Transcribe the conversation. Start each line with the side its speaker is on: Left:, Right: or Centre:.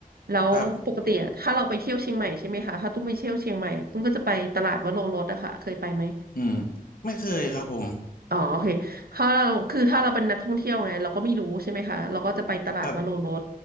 Right: แล้วปกติอะถ้าเราไปเที่ยวเชียงใหม่ใช่ไหมคะถ้าตุ้มไปเที่ยวเชียงใหม่อะตุ้มก็จะไปตลาดวโรรสอะค่ะเคยไปไหม
Left: ครับอืมไม่เคยครับผม
Right: อ๋อโอเคถ้าเราคือถ้าเราเป็นนักท่องเที่ยวไงเราก็ไม่รู้ใช่ไหมคะเราก็จะไปตลาดวโรรส
Left: ครับ